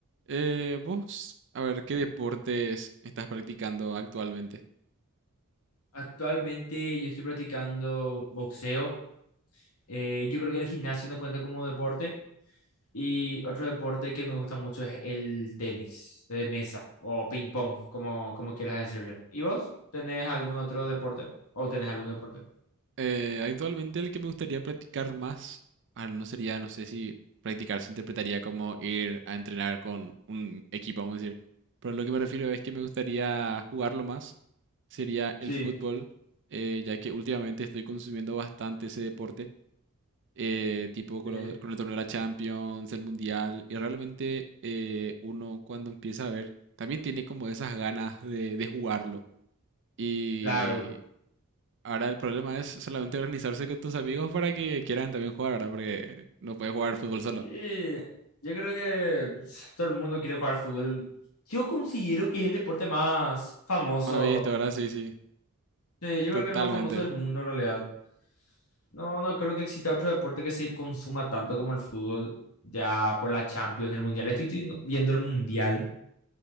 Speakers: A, on the right; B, on the left.
A: Eh, vos, a ver, ¿qué deportes estás practicando actualmente?
B: Actualmente yo estoy practicando boxeo. Eh, yo creo que el gimnasio no cuenta como deporte. Y otro deporte que me gusta mucho es el tenis de mesa o ping pong, como, como quieras decirle. ¿Y vos? ¿Tenés algún otro deporte? ¿O tenés algún deporte?
A: Eh, actualmente el que me gustaría practicar más, ah, no sería, no sé si practicar se interpretaría como ir a entrenar con un equipo, vamos a decir. Pero lo que me refiero es que me gustaría jugarlo más, sería el
B: Sí.
A: fútbol, eh, ya que últimamente estoy consumiendo bastante ese deporte. eh, tipo con,
B: Sí.
A: lo- con el torneo de la Champions, el Mundial, y realmente eh, uno cuando empieza a ver, también tiene como esas ganas de, de jugarlo. Y
B: Claro.
A: ahora el problema es solamente organizarse con tus amigos para que quieran también jugar ahora, porque no puedes jugar fútbol solo.
B: Y yo creo que pues, todo el mundo quiere jugar fútbol. Yo considero que es el deporte más famoso.
A: Me has visto, ahora sí, sí,
B: Sí, yo
A: totalmente.
B: creo que el más famoso del mundo en realidad. No, no creo que exista otro deporte que se consuma tanto como el fútbol ya por la Champions, el Mundial. Estoy tuiendo- viendo el Mundial.